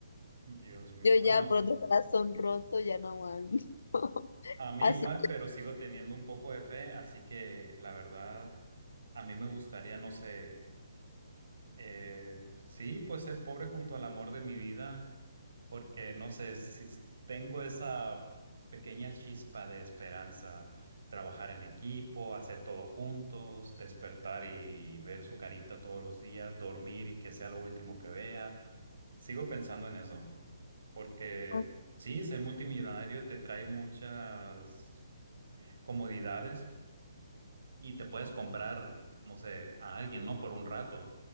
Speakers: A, on the right; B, on the left.
A: Dios mío,
B: Yo
A: bueno.
B: ya por otro corazón roto ya no aguanto. <laughs>
A: A mí
B: Así
A: igual, pero sigo teniendo un poco de fe, así que la verdad, a mí me gustaría, no sé, eh, sí, pues ser pobre junto al amor de mi vida, porque no sé, si tengo esa pequeña chispa de esperanza, trabajar en equipo, hacer todo juntos, despertar y ver su carita todos los días, dormir y que sea lo último que vea. Sigo pensando en eso, porque
B: que,
A: sí, ser multimillonario te trae muchas comodidades y te puedes comprar, no sé, a alguien, ¿no? Por un rato,